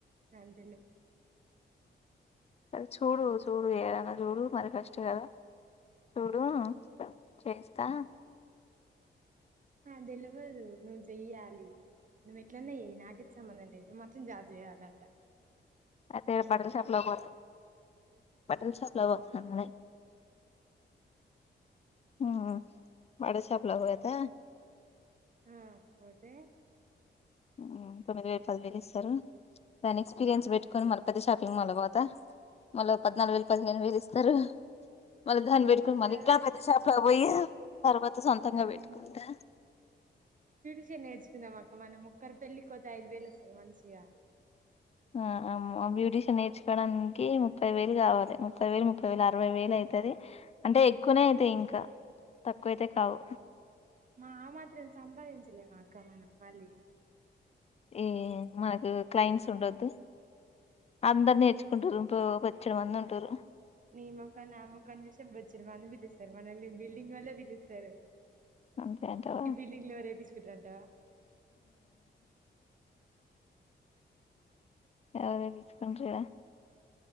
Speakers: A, on the right (about 45°); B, on the left (about 35°).
A: కంటిన్యూ
B: అది చూడు చూడు ఇంగా చూడు మరి కస్ట్ కదా చూడు ఊ చేస్ తా
A: ఆ దెల్ వదు నువ్ జెయ్యాలి నువ్వెట్లయిన ఏయ్ నాకైతే సంబంధం లేద్ ను మత్రం జాబ్ చేయాలంట
B: అయితే బటల్ షాప్ లో పో బటల్ షాప్ లో వో అన్మయ్ మ్మ్ మ్మ్ వడశాప్లేక్ పోతే
A: ఆ పోతే
B: ఊ తొమ్మిది వేలు పదివేలు ఇస్తారు దాని ఎక్స్పీరియన్స్ పెట్టుకొని మల పెద్ద షాపింగ్ మాల్ కి పోత మళ్ళ ఓ పద్నాలుగు వేలు పదిహేను వేలు ఇస్తారు మల్ దాన్
A: నువ్వు
B: పెట్టుకుని
A: ఇంత
B: మలిక్కా
A: చదువు
B: పెద్ద శాప అయ్యో తర్వాత సొంతంగా
A: నువ్వు
B: పెట్టుకుంటా
A: మంచిగా నేర్చుకున్నాం అక్క మనం ముక్కరు పెళ్లి కోత ఐదు వేలు వస్తాయి మంచిగా
B: ఆ ఆమ్ బ్యూటీషియన్ నేర్చుకోవడానికి ముప్పై వేలు కావాలి ముప్పై వేలు ముప్పై వేలు అరవై వేలు అయితది. అంటే ఎక్కువనే అవుతాయి ఇంకా తక్కువ అతే కావు
A: మా ఆ మాత్రం సంపాదించలేమా అక్క మనం మళ్లీ
B: ఈ మాకు క్లయింట్స్ ఉండొద్దు అందరు నేర్చుకుంటారు బో బొచ్చడ మంది ఉంటారు
A: నీ ముఖం నా ముఖం చూస్తే బొచ్చడు మంది పిలుస్తారు మనల్ని బిల్డింగ్ ఒల్లే పిలుస్తారు
B: అంతే అంటావా
A: ఈ బిల్డింగ్ లో రేపిచ్ తింట్రా అనితా
B: ఎవరి ఇస్కండ్రి